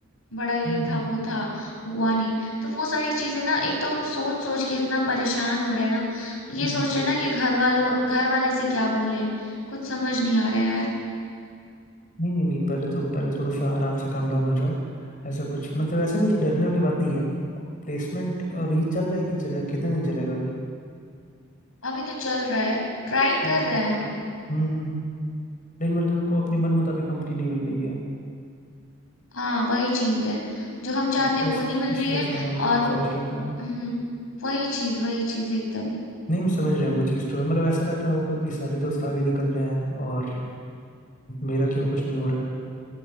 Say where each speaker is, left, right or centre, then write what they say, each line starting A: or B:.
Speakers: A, on the left; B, on the left.
A: बड़ा ये
B: हम्म,
A: था वो था हुआ नहीं तो वो सारी चीजें ना एक तो हम सोच सोच के इतना परेशान हो रहे हैं ना ये
B: हम्म।
A: सोच रहे हैं ना कि घर वालों घर वाले से क्या बोलें कुछ समझ नहीं आ रहा है यार
B: नहीं नहीं नहीं पहले तो पहले थोड़ा सा आराम से काम डाउन हो जाओ ऐसा कुछ मतलब ऐसा कुछ डरने वाली बात नहीं है प्लेसमेंट अभी चल रहा है कि चल- कितने दिन चलेगा अभी
A: अभी तो चल रहा है ट्राई
B: चल
A: कर
B: रहा
A: रहे
B: है
A: हैं हम
B: हम्म हम्म हम्म। लेकिन मतलब को अपनी मन मुताबिक कंपनी नहीं मिल रही है
A: हाँ वही चीज है जो हम चाहते
B: स्ट्रेस
A: हैं वो नहीं मिल रही
B: स्ट्रेस
A: है
B: हाँ उसी
A: और
B: चीज़ का स्ट्रेस है
A: हम्म वही चीज वही चीज एकदम
B: नहीं हम समझ रहे हैं वो चीज़ तो है मतलब ऐसा लग रहा होगा कि सारे दोस्त आगे निकल रहे हैं और मेरा क्यों कुछ नहीं हो रहा है